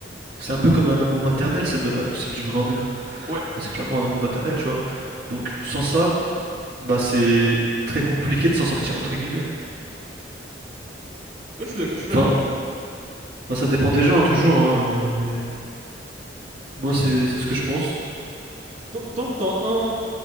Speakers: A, on the right (about 55°); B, on the right (about 40°).
A: c'est un peu comme un amour maternel, celle de la, celle d'une grand-mère.
B: Ouais,
A: Enfin, c'est clairement un amour maternel, tu vois. Donc, sans ça, bah, c'est très compliqué de s'en sortir, entre guillemets.
B: ouais, je suis d'accord, je suis
A: Enfin,
B: d'accord.
A: bah, ça dépend des gens, hein, toujours, hein, euh, mais moi, c'est, c'est ce que je pense.
B: Tant tant que t'as un,